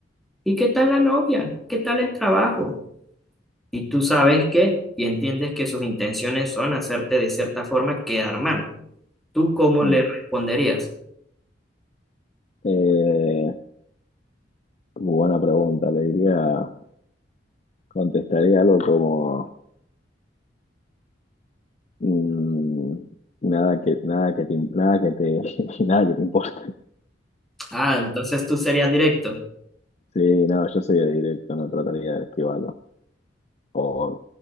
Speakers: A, in the centre; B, on the left.
A: ¿y qué tal la novia? ¿Qué tal el trabajo? y tú sabes que y entiendes que sus intenciones son hacerte de cierta forma quedar mal. ¿Tú cómo
B: Mm.
A: le responderías?
B: Eh, buena pregunta, le diría, contestaría algo como... Mm, nada que, nada que te, nada que te, <laughs> nada que te importe.
A: Ah, entonces tú serías directo.
B: Sí, no, yo soy de directo, no trataría de esquivarlo. O,